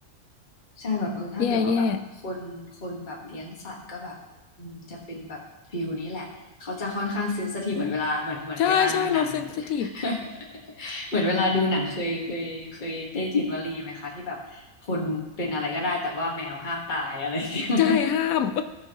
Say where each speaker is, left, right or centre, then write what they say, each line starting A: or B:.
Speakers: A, on the left (about 35°); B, on the left (about 75°).
A: ใช่แบบเออถ้าเกิดว่าแบบคนคนแบบเลี้ยงสัตว์ก็แบบอืมจะเป็นแบบฟิลนี้แหละเขาจะค่อนข้างเซนซิทีฟเหมือนเวลาเหมือนเหมือนเวลาดูหนัง
B: แย่แย่อืมใช่ใช่เราเซนซิทีฟ
A: <laughs> เหมือนเวลาดูหนังเคยเคยเคยได้ยินวลีไหมคะที่แบบคนเป็นอะไรก็ได้แต่ว่าแมวห้ามตายอะไรอย่างเงี้ย
B: ใช่ห้าม
A: <laughs>
B: <laughs>